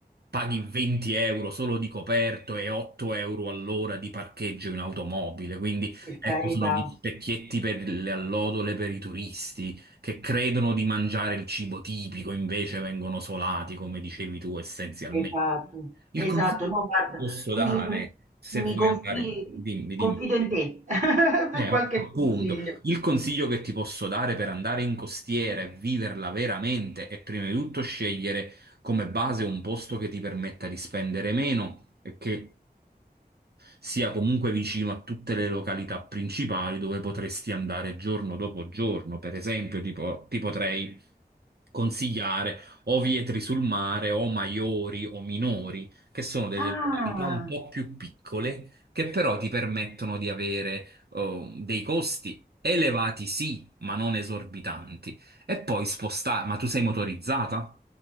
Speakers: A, on the right; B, on the right.
A: paghi 20 euro solo di coperto e 8 euro all'ora di parcheggio in automobile? Quindi,
B: per
A: ecco,
B: carità,
A: sono gli specchietti per le allodole per i turisti che credono di mangiare il cibo tipico, invece vengono solati, come dicevi tu, essenzialmente.
B: esatto,
A: Il
B: esatto,
A: consiglio
B: no,
A: che
B: guarda,
A: posso
B: quindi
A: dare,
B: mi,
A: se
B: mi
A: vuoi
B: confi-
A: andare, dimmi, dimmi.
B: confido in te <laughs> per
A: Eh, appunto,
B: qualche consiglio.
A: il consiglio che ti posso dare per andare in costiera e viverla veramente è prima di tutto scegliere come base un posto che ti permetta di spendere meno e che sia comunque vicino a tutte le località principali dove potresti andare giorno dopo giorno. Per esempio, tipo, ti potrei consigliare o Vietri sul Mare o Maiori o Minori, che sono delle
B: Ah.
A: località un po' più piccole, che però ti permettono di avere eh, dei costi. Elevati sì, ma non esorbitanti. E poi spostare, ma tu sei motorizzata?